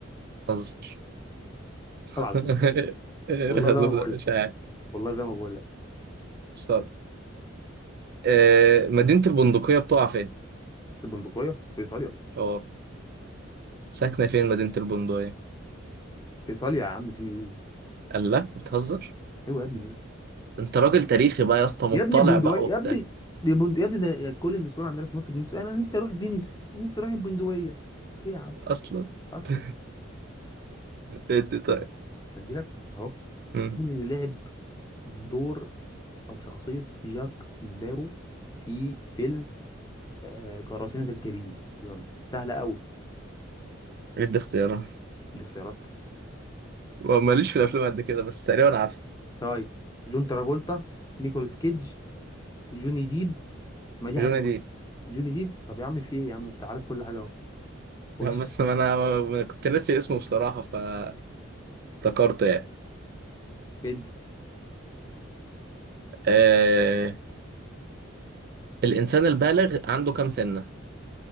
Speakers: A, on the right; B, on the left.
A: حظ <laughs>
B: طلع
A: إيه
B: والله
A: الخازوق
B: زي ما بقول
A: ده
B: لك
A: مش عارف
B: والله زي ما بقول لك
A: صار آه مدينة البندقية بتقع فين؟
B: البندقية في إيطاليا
A: اه ساكنة فين مدينة البندقية؟
B: في إيطاليا يا عم في إيه؟
A: قال لا بتهزر
B: أيوة يا ابني ليه
A: انت راجل تاريخي بقى يا اسطى مطلع
B: يا ابني البندقية
A: بقى وبتاع
B: يا ابني دي بند... يا ابني ده يا كل النسوان عندنا في مصر بنسوا أنا نفسي أروح فينيس نفسي أروح البندقية ليه يا عم
A: اصلا
B: أصلا
A: <laughs> ادي طيب
B: ادي لك اهو
A: مم.
B: مين اللي لعب دور أو شخصية جاك سبارو في فيلم آه قراصنة الكاريبي يلا سهلة أوي
A: ادي اختيارات
B: دي اختيارات
A: وماليش في الافلام قد كده بس تقريبا عارف
B: طيب جون ترافولتا نيكولاس كيدج جوني ديب ما دي
A: جوني
B: هتسوي جوني ديب طب يا عم في ايه يا عم انت عارف كل حاجه اهو خش
A: لا بس ما انا ما كنت ناسي اسمه بصراحة فافتكرته يعني
B: ادي
A: آه... الانسان البالغ عنده كام سنة